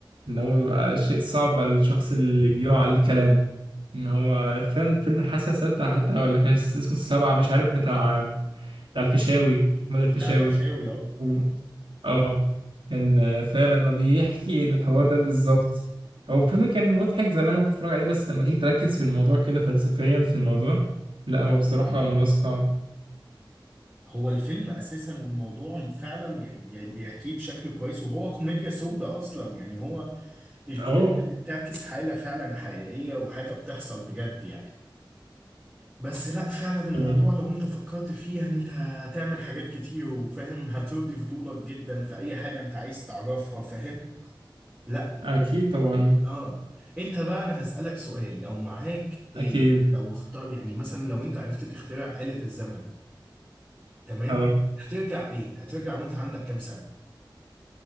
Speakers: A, on the right; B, on the right.
A: ان هو بيبقى شيء صعب على الشخص اللي بيقع عليه الكلام ان هو فاهم فيلم الحاسه السادسه حتى ولا كان اسمه السبعه مش عارف بتاع بتاع الفيشاوي محمد الفيشاوي
B: بتاع الفيشاوي اه
A: و- اه كان آه، فعلا بيحكي الحوار ده بالظبط هو الفيلم كان مضحك زمان وكنت بتفرج عليه بس لما تيجي تركز في الموضوع كده فلسفيا في الموضوع لا هو بصراحه الموضوع صعب
B: هو الفيلم اساسا والموضوع فعلا يعني بي- بيحكيه بشكل كويس وهو كوميديا سودة اصلا يعني هو الكوميديا
A: اه
B: اللي بتعكس حالة فعلا حقيقية وحاجة بتحصل بجد يعني بس لا فعلا الموضوع
A: آه،
B: لو انت فكرت فيه يعني انت هتعمل حاجات كتير وفاهم هترضي فضولك جدا في اي حاجة انت عايز تعرفها فاهم لا يعني
A: اكيد طبعا
B: اه انت بقى انا هسألك سؤال لو معاك إيه
A: اكيد
B: لو اختار يعني مثلا لو انت عرفت تخترع آلة الزمن تمام
A: اه
B: هترجع ايه هترجع وانت عندك كام سنة